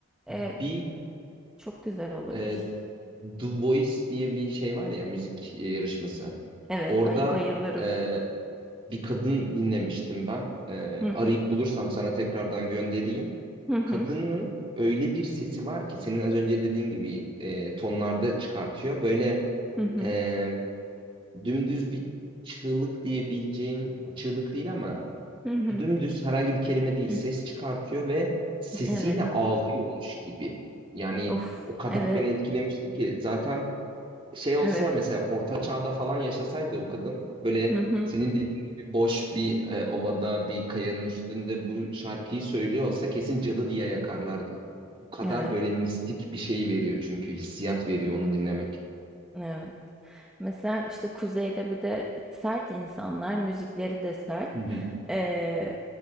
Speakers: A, on the right; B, in the centre.
A: bir
B: E, Çok güzel oluyor
A: e,
B: işte.
A: The Voice diye bir şey var ya müzik e, yarışması.
B: Evet,
A: Orada
B: ay bayılırım.
A: e, bir kadın dinlemiştim ben. Ee,
B: Hı
A: arayıp
B: hı.
A: bulursam sana tekrardan göndereyim.
B: Hı hı.
A: Kadının öyle bir sesi var ki senin az önce dediğin gibi e, tonlarda çıkartıyor. Böyle
B: Hı hı.
A: e, dümdüz bir çığlık diyebileceğim, çığlık değil ama
B: Hı hı.
A: dümdüz herhangi bir kelime değil
B: <clears throat>
A: ses çıkartıyor ve sesiyle
B: Evet.
A: ağlıyormuş gibi. Yani
B: Of.
A: o kadar
B: Evet.
A: beni etkilemişti ki zaten şey olsa
B: Evet.
A: mesela orta çağda falan yaşasaydı o kadın böyle
B: Hı hı.
A: senin dediğin gibi boş bir e, ovada bir kayanın üstünde bu şarkıyı söylüyor olsa kesin cadı diye yakarlardı. O kadar
B: Evet.
A: böyle mistik bir şey veriyor çünkü hissiyat veriyor onu dinlemek.
B: Evet. Mesela işte kuzeyde bir de sert insanlar, müzikleri de sert.
A: Hı hı.
B: Ee,